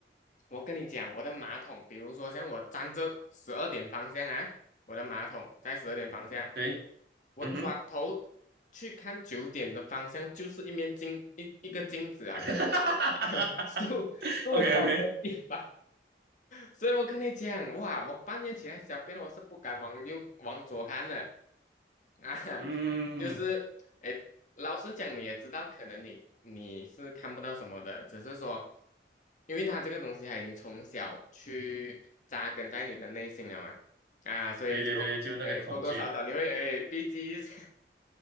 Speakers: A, on the left; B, on the right.
A: 我跟你讲，我的马桶，比如说像我站着十二点方向啊，我的马桶在十二点方向，
B: 对，
A: 我转头去看九点的方向，
B: 嗯哼
A: 就是一面镜一一个镜子啊我的
B: <laughs>，OK
A: <laughs> 漱漱口
B: OK，
A: <laughs> 的地方。所以我跟你讲，哇，我半夜起来小便，我是不敢往右往左看的啊，<laughs>
B: 嗯，
A: 就是，哎，老实讲，你也知道，可能你你是看不到什么的，只是说，因为他这个东西它已经从小去扎根在你的内心了嘛，啊，所以就，
B: 对对对，就那个恐惧。
A: 哎，多多少少你会哎避忌一下，